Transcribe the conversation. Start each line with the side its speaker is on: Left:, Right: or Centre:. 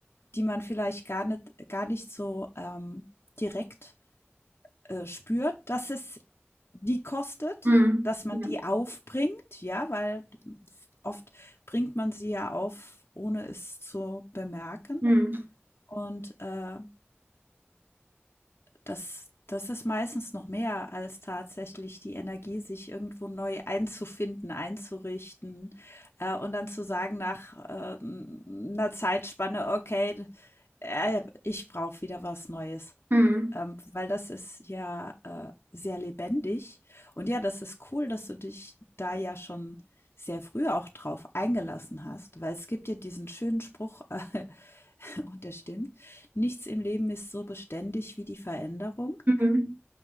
Left: die man vielleicht gar nicht gar nicht so, ähm, direkt äh, spürt, dass es die kostet,
Right: Mhm.
Left: dass man
Right: Ja.
Left: die aufbringt, ja, weil oft bringt man sie ja auf, ohne es zu bemerken.
Right: Mhm.
Left: Und äh, das, das ist meistens noch mehr als tatsächlich die Energie, sich irgendwo neu einzufinden, einzurichten äh, und dann zu sagen nach äh, einer Zeitspanne, okay, äh, ich brauche wieder was Neues.
Right: Mhm.
Left: Ähm, weil das ist ja, äh, sehr lebendig. Und ja, das ist cool, dass du dich da ja schon sehr früh auch drauf eingelassen hast, weil es gibt ja diesen schönen Spruch, äh, <laughs> und der stimmt, nichts im Leben ist so beständig wie die Veränderung.
Right: Mhm.